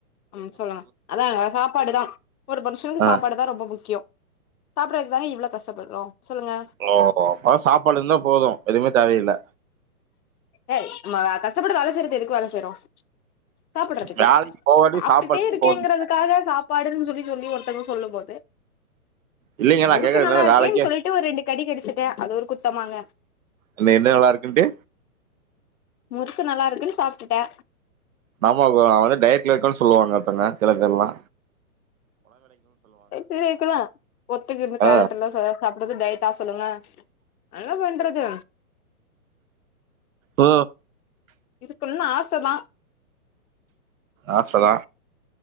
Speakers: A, on the left; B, on the right.
A: ம் சொல்லுங்க அதா சாப்பாடுதா ஒரு மனுஷனுக்கு
B: ஆ
A: சாப்பாடுதா ரொம்ப முக்கியம் சாப்புறக்குதானே இவ்ளோ கஷ்டப்படுறோ சொல்லுங்க
B: ஓஹ்ஹோ ஆனா சாப்பாடு இருந்தா போது எதுவுமே தேவயில்ல
A: ஏய் நம்ம கஷ்டப்பட்டு வேல செய்யறது எதுக்கு வேல செய்ரோ சாப்புறதுக்கு
B: வேலைக்கு போகாட்டி
A: சாப்ட்டுட்டே
B: சாப்பாடு
A: இருக்கேங்கறதுக்காக
B: போதும்
A: சாப் பாடுன்னு சொல்லி சொல்லி ஒருத்தங்க சொல்லும் போது
B: இல்லைங்க
A: முறுக்கு
B: நான் கேக்குறது
A: நல்லா
B: என்னன்னா
A: இருக்கேன்னு
B: வேலைக்கே
A: சொல்லிட்டு ஒரு ரெண்டு கடி கடிச்சுட்டே அது ஒரு குத்தமாங்க
B: இல்ல என்ன நல்லா இருக்குன்ட்டு
A: முறுக்கு நல்லா இருக்குன்னு சாப்ட்டுட்டே
B: நாமாக் அ வந்து டைட்ல இருக்கன் சொல்லுவாங்க <unintelligible> சில பேர்லா
A: டிவி இருக்கலா ஒத்தக்கி இந்த
B: ஆ
A: கரெண்ட் எல்லா சாப் றது டைட்டா சொல்லுங்க என்ன பண்றது
B: ஓ
A: இதுக்கு இன்னு ஆச தா
B: ஆச தா